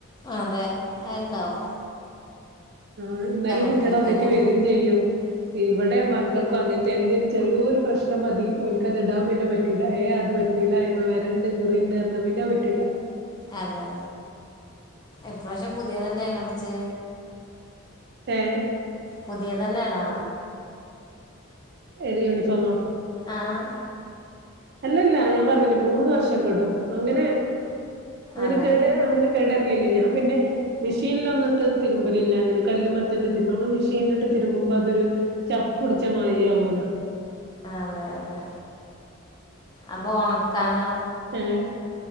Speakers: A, on the left; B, on the right.
A: അതെ അത്ണ്ടാവും.
B: ആഹ് ഇന്നാലും കുട്യളതേറ്റ്
A: അടുപ്പിക്കല്ലേ
B: വെരുചെയ്യും. ഇവിടെ മക്കൾക്കും അങ്ങൻ - തെന്തേലും ചെറ്യോര് പ്രശ്നം മതി ഒൽക്കത് ഇടാൻ പിന്നെ പറ്റൂല്ല ഏ അത് പറ്റൂല്ല അയിമെ വരെണ്ട് കുറിണ്ട് ന്നാ പിന്നത് പറ്റൂല.
A: അതെ? ഇപ്രാവശ്യം പുതിയ തന്നെയാണോ അടിച്ചെ?
B: ഏഹ്?
A: പുത്യേതന്നെണോ?
B: ഏത് യൂണിഫോമാ?
A: ആഹ്.
B: അല്ലല്ല ഞാൻ പറഞ്ഞില്ലെ മൂന്നുവർഷക്കടും അങ്ങനെ ് അങ്ങനെ
A: അതെ
B: കേട് അങ്ങനെ- കേടര്ല്ലില്ല ഞാപിന്നെ- മിഷീൻലോന്ന്ട്ട് തിരുമ്പലില്ല ങ്ങനെ കല്ല്മ്മത്തന്നെ തിര്മ്പ നമ്മള് മിഷീനിലിട്ട് തിരുമ്പുമ്പോ അതൊരു- ചപ്പുടിച്ചമായിരി ആകോലോ.
A: ആഹ് അതെ അതെ അപ്പോ ഒണക്കാനോ?
B: ഏഹ്?